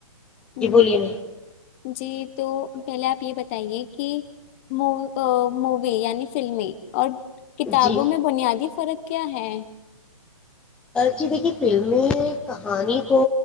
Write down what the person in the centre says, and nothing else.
جی بولیے نا
جی
جی دیکھیے فلمیں کہانی کو